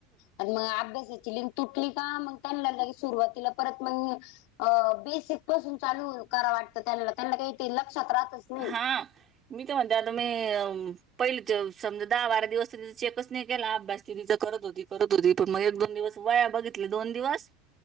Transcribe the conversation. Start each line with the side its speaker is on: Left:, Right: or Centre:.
Left: आणि मग अभ्यासाची लिंक तुटली का मग त्यांना लगेच सुरुवातीला परत मग अ बेसिक पासून चालू कराव वाटतं त्याला, त्यांना काही ते लक्षात राहतच नाही.
Right: हा! मी तर म्हणते आता मी पहिल समजा दहा बारा दिवस तिज चेकच नाही केला अभ्यास ती तीजा करत होती. करत होती पण मग एक दोन दिवस व्हाया बघितली दोन दिवस